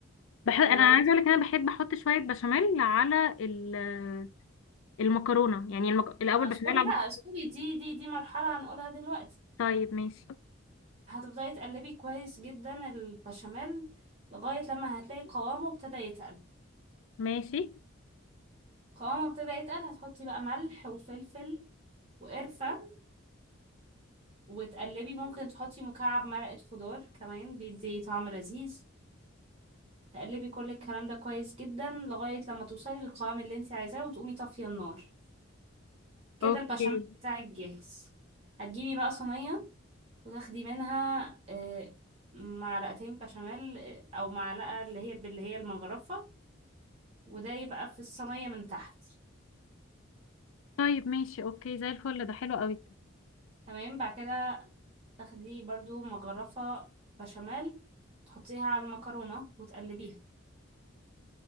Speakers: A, on the left; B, on the right.
A: بح...
B: و
A: انا عايزه اقول لك انا بحب احط شويه بشاميل على ال- المكرونه يعني المك... الاول
B: اصبري
A: بشاميل على المكرونه
B: بقى اصبري دي دي دي مرحلة هنقولها دلوقتي
A: طيب ماشي
B: هتفضلي تقلبي كويس جدا البشاميل لغاية لما هتلاقي قوامه ابتدى يتقل
A: ماشي
B: قوامه ابتدى يتقل هتحطي بقى ملح وفلفل وقرفة وتقلبي ممكن تحطي مكعب مرقة خضار كمان بيدي طعم لذيذ تقلبي كل الكلام ده كويس جدا لغاية لما توصلي للقوام اللي انت عايزاه وتقومي طافية النار كده
A: اوكي
B: البشاميل بتاعك جاهز هتجيبي بقى صينية وتاخدي منها آه، معلقتين بشاميل آه، أو معلقة اللي هي باللي هي المجرفة وده يبقى في الصينية من تحت
A: طيب ماشي اوكي زي الفل ده حلو قوي
B: تمام بعد كده تاخدي برضو مجرفة بشاميل تحطيها على المكرونة وتقلبيها